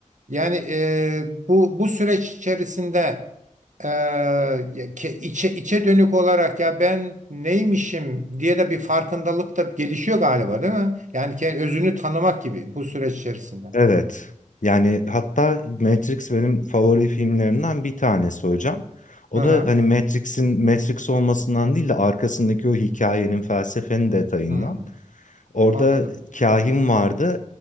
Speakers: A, on the right; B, on the left.
A: Yani e, bu bu süreç içerisinde e, ya ke- içe, içe dönük olarak ya ben neymişim diye de bir farkındalık da gelişiyor galiba değil mi? Yani ke- özünü tanımak gibi bu süreç içerisinde.
B: Evet. Yani hatta Matrix benim favori filmlerimden bir tanesi hocam. O
A: Hı hı.
B: da hani Matrix'in Matrix olmasından değil de arkasındaki o hikayenin, felsefenin detayından.
A: Hı.
B: Orada
A: Anladım.
B: kahin vardı.